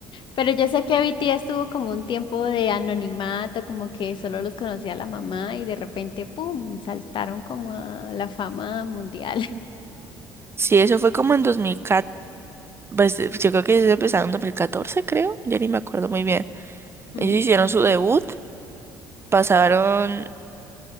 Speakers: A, on the left (about 50°); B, on the right (about 25°).
A: Pero yo sé que BTS tuvo como un tiempo de anonimato, como que solo los conocía la mamá y de repente, ¡pum!, saltaron como a la fama mundial. <laughs>
B: Sí, eso fue como en 2014, pues eh, yo creo que ellos empezaron en 2014, creo, ya ni me acuerdo muy bien.
A: Mm.
B: Ellos hicieron su debut, pasaron,